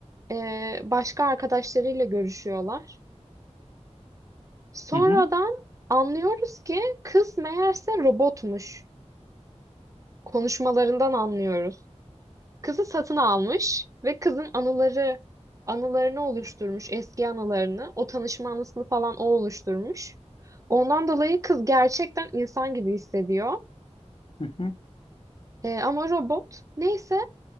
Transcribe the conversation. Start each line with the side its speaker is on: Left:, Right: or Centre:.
Right: e, başka arkadaşlarıyla görüşüyorlar. Sonradan
Left: Hı hı,
Right: anlıyoruz ki kız meğerse robotmuş. Konuşmalarından anlıyoruz. Kızı satın almış ve kızın anıları anılarını oluşturmuş, eski anılarını. O tanışma anısını falan o oluşturmuş. Ondan dolayı kız gerçekten insan gibi hissediyor.
Left: hı hı.
Right: E, ama robot. Neyse